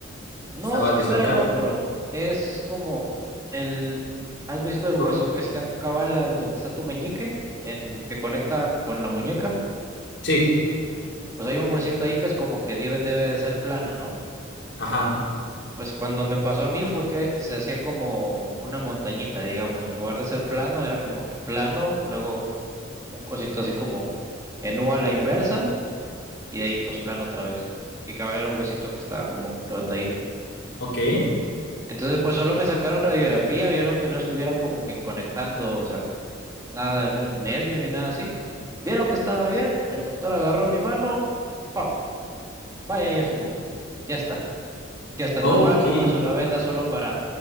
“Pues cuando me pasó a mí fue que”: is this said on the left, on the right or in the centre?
Right